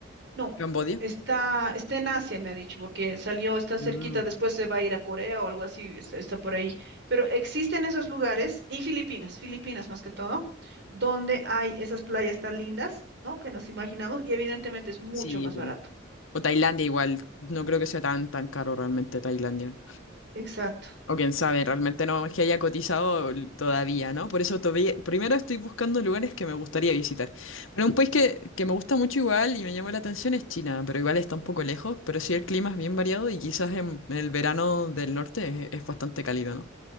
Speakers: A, on the right; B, on the left.
A: No,
B: ¿Cambodia?
A: está, está en Asia, me ha dicho, porque salió, está cerquita,
B: Ah,
A: después se va a ir a Corea o algo así, está, está por ahí. Pero existen esos lugares, y Filipinas, Filipinas más que todo, donde hay esas playas tan lindas, ¿no? Que nos imaginamos, y evidentemente es mucho
B: Sí,
A: más
B: pues.
A: barato.
B: O Tailandia igual, no creo que sea tan, tan caro realmente Tailandia.
A: Exacto.
B: O quién sabe, realmente no es que haya cotizado todavía, ¿no? Por eso todavía, primero estoy buscando lugares que me gustaría visitar. Pero un país que, que me gusta mucho igual y me llama la atención es China, pero igual está un poco lejos, pero sí el clima es bien variado y quizás en, en el verano del norte es, es bastante cálido, ¿no?